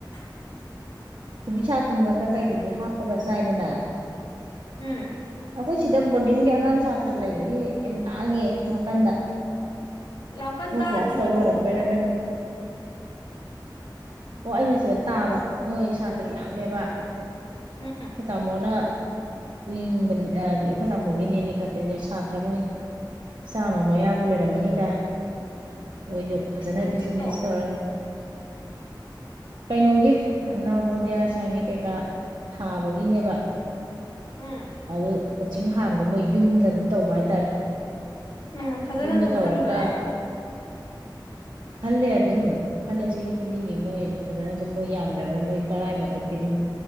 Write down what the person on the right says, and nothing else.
ꯀꯣꯕꯤꯁꯛꯀꯨꯝꯕꯗ ꯀꯩꯗꯗꯤ ꯍꯥꯞꯄꯒ ꯆꯥꯏꯗꯅ꯫
ꯑꯩꯈꯣꯏ ꯁꯤꯗ ꯕꯣꯔꯗꯤꯡꯒꯤ ꯑꯉꯥꯡ ꯁꯥꯇ꯭ꯔ ꯂꯩꯕꯒꯤ ꯌꯥꯝ ꯂꯥꯡꯉꯦ ꯅꯥꯀꯟꯗ꯫
ꯃꯣꯏ ꯀ꯭ꯂꯥꯁ
ꯇꯧ ꯂꯣꯏꯔꯛꯄꯩꯔ
ꯀꯩꯅꯣ ꯑꯣ ꯑꯩꯅ ꯁꯤꯗ ꯇꯥꯕ ꯃꯣꯏ ꯁꯥ꯫ ꯌꯥꯝꯃꯦꯕ
ꯇꯥꯃꯣꯅ ꯂꯤꯡꯕꯥꯅꯦ ꯑꯩꯈꯣꯏ ꯇꯥꯃꯣꯒꯤꯅꯦ꯫ ꯂꯤꯡꯈꯠꯄꯁꯦ ꯁꯥꯇ꯭ꯔ ꯃꯣꯏ ꯆꯥꯝꯃ ꯑꯌꯥꯕꯨ ꯂꯩꯔꯝꯃꯅꯤꯗ꯫ ꯃꯣꯏꯁꯨ ꯐꯖꯅ
ꯕꯤꯖꯤꯅꯦꯁ ꯇꯔ꯫ ꯀꯩꯅꯣꯒꯤ ꯅꯥꯕꯣꯗꯤꯌꯥ ꯁꯥꯏꯅꯤꯛ ꯀꯩꯀꯥ ꯊꯥꯕꯒꯤꯅꯦꯕ꯫
ꯑꯗꯨ ꯀꯣꯆꯤꯡ ꯍꯥꯡꯕ ꯃꯣꯏ ꯌꯨꯝꯗ ꯑꯗꯨꯝ ꯇꯧꯕ ꯍꯥꯏꯇꯥꯔꯦ
ꯌꯨꯝꯗ
ꯇꯧꯔꯒ
ꯈꯜꯂꯦ ꯑꯗꯨꯝ ꯈꯜꯂꯦ ꯆꯍꯤ ꯈꯨꯗꯤꯡꯒꯤ ꯃꯣꯏ ꯐꯖꯅ ꯑꯗꯨꯝ ꯃꯣꯏ ꯌꯥꯝꯗ꯭ꯔꯕꯗ ꯃꯣꯏ ꯇꯔꯥꯏ ꯃꯊꯛꯇꯤ ꯑꯗꯨꯝ